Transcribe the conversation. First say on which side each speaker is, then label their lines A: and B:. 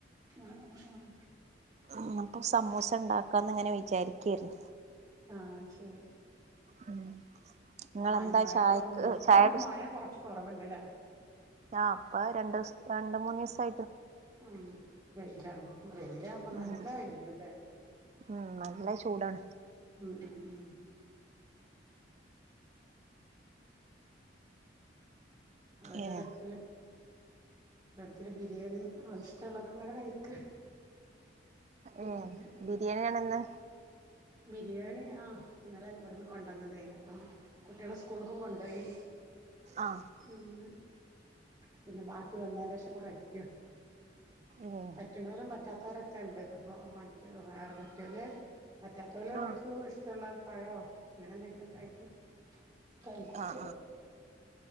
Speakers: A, on the right (about 20°); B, on the right (about 40°).
A: ആഹ് ആഹ് ആഹ്
B: ഉം അപ്പ സമൂസ ഇണ്ടാക്കാന്ന് ഇങ്ങനെ വിചാരി ക്കിര്ന്ന്
A: ആഹ് ശരി
B: ഉം നിങ്ങളെന്താ
A: ആഞ്ഞ് മഴക്കെ
B: ചായക്ക്
A: ആവുമ്പം പ്പപ്പയ്ന്
B: ചായ
A: മഴക്കെ കൊർച്ച് കൊറവ്ണ്ട് ലെ
B: ആഹ് അപ്പ രണ്ട് മൂന്ന് ദിവസാ
A: ഉം വയില്ലാണ് വെയിലാകുമ്പം നല്ല
B: ഉം
A: വെയിലും ഇല്ലേ
B: ഉം നല്ല ചൂടാണ്
A: ഉം ഉം ഓരോരിടത്തില്
B: ഏഹ്
A: ഡഡത്തില് ബിരിയാണി ആഹ് ഇഷ്ട്ടൊള്ളതക്ക അങ്ങനെ കയ്ക്ക പിന്നെ
B: ഏ ബിരിയാണിയാണിന്ന്
A: ബിരിയാണി ആഹ് ഇന്നലെ ഇവിട്ന്ന് കൊണ്ട്വന്നതായിനു അപ്പം കുട്ടികള് സ്കൂളുക്കും കൊണ്ടോയി
B: ആഹ്
A: അങ്ങനെ പിന്നെ ബാക്കി വന്നതിന്റെ ശേഷം ഇപ്പ കഴിക്യ
B: ഉം
A: പറ്റുന്നോലും പറ്റാ കൊറച്ചൊണ്ട് അപ്പൊ മറ്റ് വേറെ മറ്റ് <unintelligible> പറ്റാത്തോലെ
B: ആഹ്
A: ഓല്ക്ക് ഇഷ്ട്ടൊള്ള പഴോ അങ്ങനെ എന്തെങ്കിലൊക്കായിട്ട് കയ്ക്കും
B: ആഹ്